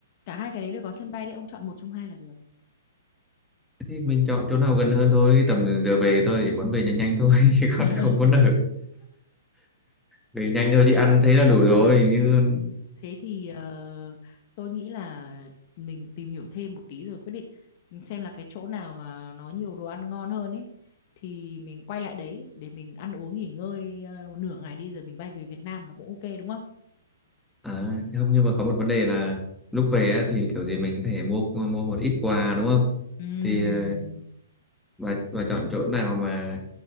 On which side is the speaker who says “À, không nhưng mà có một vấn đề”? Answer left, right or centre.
Centre